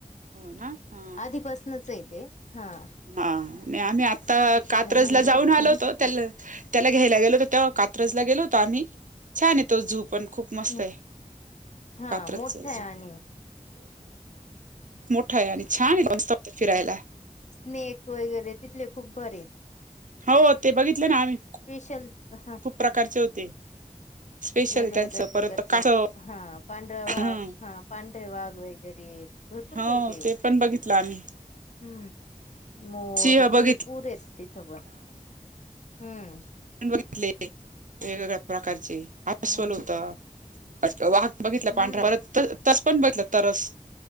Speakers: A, on the right; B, on the left.
A: हो ना हा
B: आधीपसनंच यं तेे हां
A: हां मी आम्हीं आंता कात्रंज
B: आणि
A: लां
B: खूप
A: जाऊंन
B: छान
A: आलो होतो त्यांला त्यांला घ्यायला गेलो होतं त्यां कात्रजंला गेलो होतं आम्हीं छांनये आहे तो झू पणं खूंप मस्तये
B: हम्म. हा
A: कात्रजं
B: मोठा
A: चं
B: आहे
A: झू
B: आणि
A: मोठांय आणि छांनय आहे फिरांयला
B: नेक वगैरें तिथले खूंप भारी आहेतं
A: हौ ते बघितलं ना आम्ही.
B: स्पेशल, ह.
A: खूप प्रकारचे होते स्पेशल
B: वेगवेगळ्या
A: त्यांचं
B: प्रकारचे
A: परत कासव
B: हा पांढरा्या वा,
A: हं
B: हा पांढरे वाघ वगैरे. भरपूर
A: हो
B: काईकाईये.
A: ते पण बघितलं आम्ही
B: हम्म मोर
A: सिंह बघितला
B: भरपूरेत तिथं पण. हम्म.
A: बघितले. वेगवेगळ्या प्रकारचे. अस्वल
B: हा
A: होतं. अच् वाघ बघितला
B: हम्म
A: पांढरा. परत तस पण बघितलं. तरस.